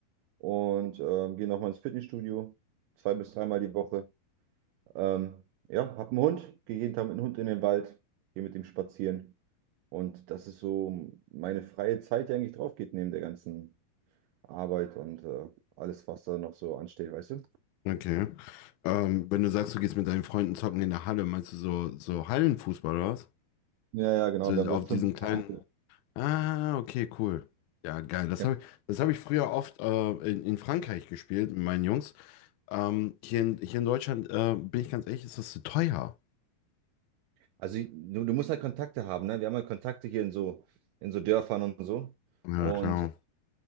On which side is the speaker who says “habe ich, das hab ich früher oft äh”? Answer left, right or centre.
Left